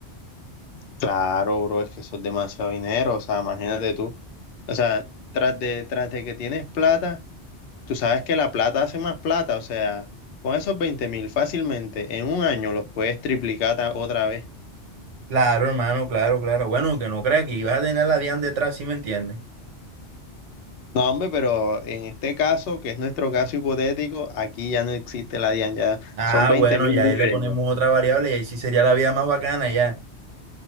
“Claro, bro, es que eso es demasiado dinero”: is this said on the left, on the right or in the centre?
Left